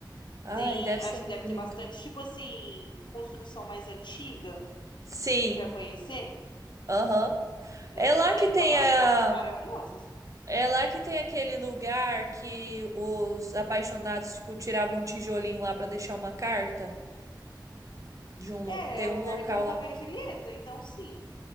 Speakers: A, on the left (about 75°); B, on the right (about 40°).
A: Tem,
B: Ai, deve
A: acho
B: ser
A: que deve
B: lindo.
A: ter bastante, tipo assim, construção mais antiga
B: Sim,
A: para conhecer.
B: aham.
A: Deve,
B: É lá
A: deve
B: que tem
A: dar umas
B: a.
A: fotos maravilhosas.
B: É lá que tem aquele lugar que os apaixonados, tipo, tiravam um tijolinho lá pra deixar uma carta de um... lo-
A: É,
B: Tem
A: é o
B: um
A: lugar
B: local
A: do Romeu
B: lá.
A: e Julieta, então sim.